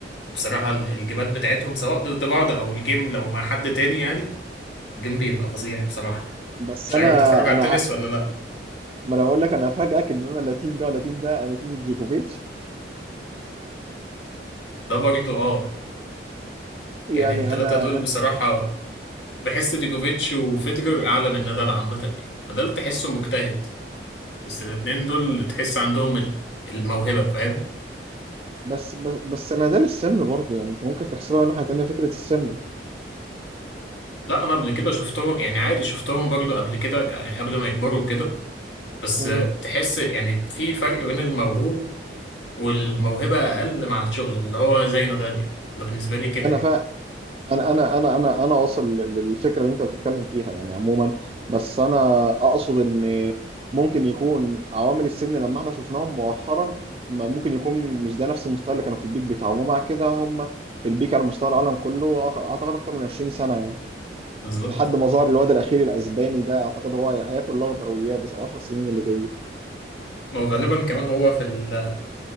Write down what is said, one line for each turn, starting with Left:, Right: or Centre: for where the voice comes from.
Left: بصراحة ال- الجيمات بتاعتهم سواء ضد بعض أو الجيم لو مع حد تاني يعني الجيم بيبقى فظيع بصراحة
Right: بس
Left: مش
Right: انا
Left: عارف بتتفرج على
Right: انا
Left: التنس
Right: ع-
Left: ولا لا
Right: ما انا اقول لك انا افاجئك ان انا لا تيم ده ولا تيم ده انا تيم جوكوفيتش
Left: ده برضه اه
Right: يعني
Left: يعني التلاتة
Right: انا
Left: دول بصراحة
Right: أنا-
Left: بحس ديجوفيتش وفيدرر اعلى من نادال عامه نادال تحسه مجتهد بس الاتنين دول تحس عندهم ال- الموهبه فاهم
Right: بس بس بس نادال السن برضه يعني انت ممكن تحسبها من ناحيه تانيه فكره السن
Left: لا انا قبل كده شفتهم يعني عادي شفتهم برضو قبل كده يعني قبل ما يكبروا كده بس
Right: مم.
Left: تحس يعني في فرق بين الموهوب والموهبه اقل مع الشغل اللي هو زي نادال يعني انا بالنسبه لي كده
Right: انا
Left: يعني
Right: فا انا انا انا انا انا واصل للفكره اللي انت بتتكلم فيها يعني عموما بس انا اقصد ان ممكن يكون عوامل السن لما احنا شفناهم مؤخرا ما ممكن يكون مش ده نفس المستوى اللي كانوا في البيك بتاعهم ومع كده هم في البيك على مستوى العالم كله أع- اعتقد اكتر من 20 سنه يعني
Left: بالظبط
Right: لحد ما ظهر الواد الاخير الاسباني ده اعتقد هو هياكل الاخضر واليابس ال 10 سنين اللي جايين
Left: وغالبا كمان هو في ال